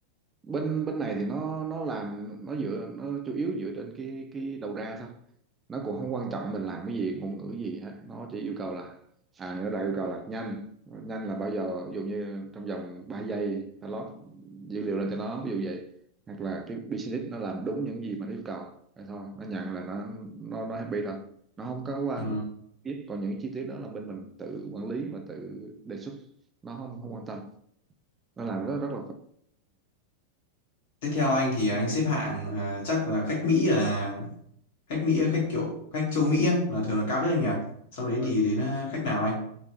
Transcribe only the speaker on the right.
bên bên này thì nó nó làm nó dựa nó chủ yếu dựa trên cái cái đầu ra thôi nó cũng không quan trọng mình làm cái gì ngôn ngữ gì hết nó chỉ yêu cầu là à nó đã yêu cầu là nhanh nhanh là bao giờ ví dụ như trong vòng 3 giây ta lót dữ liệu lên cho nó ví dụ vậy hoặc là cái business nó làm đúng những gì mà nó yêu cầu vậy thôi nó nhận là nó nó nó happy thôi nó không có qua
biết còn những chi tiết đó là bên mình tự quản lý và tự đề xuất nó không không quan tâm nó làm rất rất là phức.
ừ.